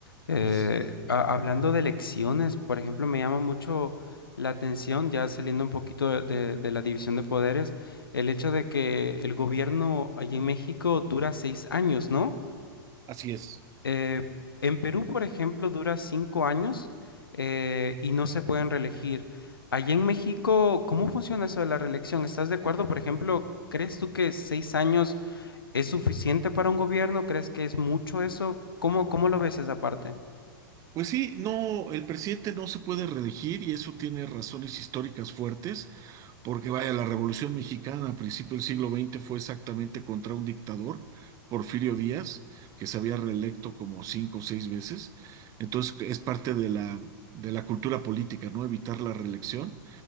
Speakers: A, on the left; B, on the right.
A: Eh,
B: Es,
A: a- hablando de elecciones, por ejemplo, me llama mucho la atención, ya saliendo un poquito de, de- de la división de poderes, el hecho de que el gobierno allí en México dura seis años, ¿no?
B: así es.
A: Eh, en Perú, por ejemplo, dura cinco años eh, y no se pueden reelegir. Allí en México, ¿cómo funciona eso de la reelección? ¿Estás de acuerdo? Por ejemplo, ¿crees tú que seis años ¿Es suficiente para un gobierno? ¿Crees que es mucho eso? ¿Cómo, cómo lo ves esa parte?
B: Pues sí, no, el presidente no se puede reelegir y eso tiene razones históricas fuertes, porque vaya, la Revolución Mexicana a principios del siglo XX fue exactamente contra un dictador, Porfirio Díaz, que se había reelecto como cinco o seis veces. Entonces es parte de la, de la cultura política, ¿no? Evitar la reelección.